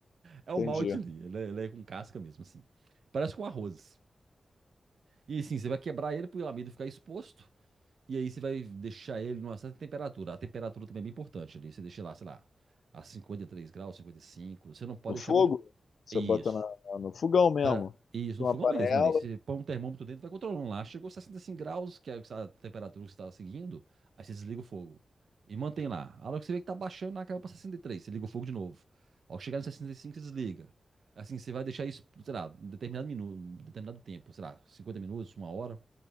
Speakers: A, on the right; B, on the left.
A: É o
B: Entendi.
A: malte ali, ele é, ele é com casca mesmo, assim. Parece com arroz. E assim, você vai quebrar ele pro amido ficar exposto. E aí você vai deixar ele numa certa temperatura. A temperatura também é bem importante ali. Você deixa lá, sei lá, a 53 graus, 55. Você não pode
B: No fogo?
A: deixar muito.
B: Você
A: Isso.
B: bota na- no fogão mesmo.
A: Para isso, no
B: Uma
A: fogão
B: panela.
A: mesmo ali. Você põe um termômetro dentro, vai controlando lá. Chegou 65 graus, que é a temperatura que você está seguindo, aí você desliga o fogo. E mantém lá. A hora que você vê que tá baixando, lá caiu para 63, você liga o fogo de novo. Ao chegar no 65, você desliga. Assim, você vai deixar isso, sei lá, um determinado minuto, um determinado tempo, sei lá, 50 minutos, uma hora.